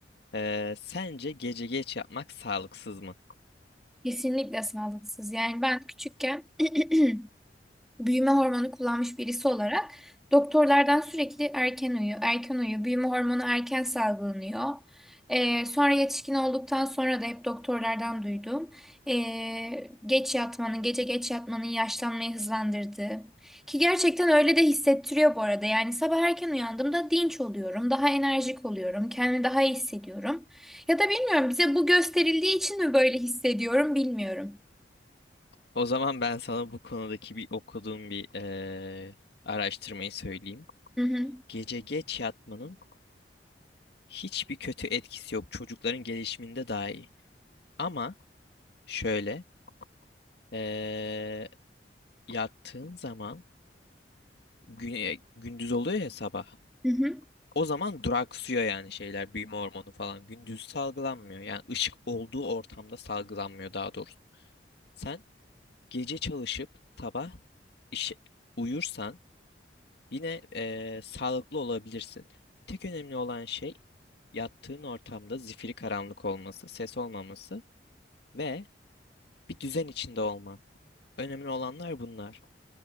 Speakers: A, on the left; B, in the centre.
A: Ee, sence gece geç yapmak sağlıksız mı?
B: Kesinlikle sağlıksız. Yani ben küçükken <clears throat> büyüme hormonu kullanmış birisi olarak doktorlardan sürekli erken uyu, erken uyu, büyüme hormonu erken salgılanıyor. Ee, sonra yetişkin olduktan sonra da hep doktorlardan duydum. Ee, geç yatmanın, gece geç yatmanın yaşlanmayı hızlandırdığı. Ki gerçekten öyle de hissettiriyor bu arada. Yani sabah erken uyandığımda dinç oluyorum, daha enerjik oluyorum, kendimi daha iyi hissediyorum. Ya da bilmiyorum bize bu gösterildiği için mi böyle hissediyorum bilmiyorum.
A: O zaman ben sana bu konudaki bir okuduğum bir ee, araştırmayı söyleyeyim.
B: Hı hı.
A: Gece geç yatmanın hiçbir kötü etkisi yok. Çocukların gelişiminde daha iyi. Ama şöyle ee, yattığın zaman Güne, gündüz oluyor ya sabah.
B: Hı hı.
A: O zaman duraksıyor yani şeyler büyüme hormonu falan. Gündüz salgılanmıyor. Yani ışık olduğu ortamda salgılanmıyor daha doğrusu. Sen gece çalışıp sabah işe uyursan yine eee, sağlıklı olabilirsin. Tek önemli olan şey yattığın ortamda zifiri karanlık olması, ses olmaması ve bir düzen içinde olman. Önemli olanlar bunlar.